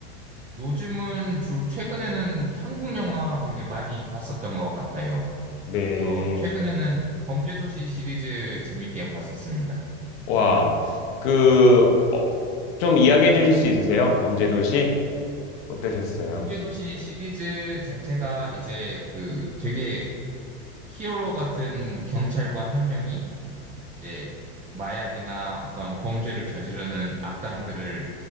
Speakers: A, on the right (about 20°); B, on the left (about 65°).
A: 요즘은 주로 최근에는 한국 영화 되게 많이 봤었던 것 같아요.
B: 네.
A: 그래서 최근에는 범죄도시 시리즈 재밌게 봤었습니다.
B: 와, 그, 어, 좀 이야기해 주실 수 있으세요? 범죄도시? 어떠셨어요?
A: 범죄도시 시리즈 자체가 이제 그 되게 그 히어로 같은 경찰관 한 명이 이제 마약이나 어떤 범죄를 저지르는 악당들을